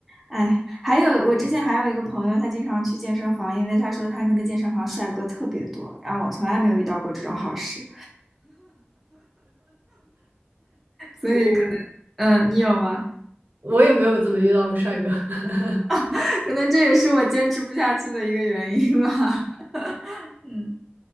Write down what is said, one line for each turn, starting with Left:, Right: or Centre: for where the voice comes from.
Centre: 哎，还有我之前还有一个朋友，他经常去健身房，因为他说他那个健身房帅哥特别多，然后我从来没有遇到过这种好事，所以可
Right: 我
Centre: 能，嗯，你有吗？
Right: 我也没有怎么遇到过帅哥，<laughs>
Centre: <laughs> 可能这也是我坚持不下去的一个原因吧。<laughs> 嗯，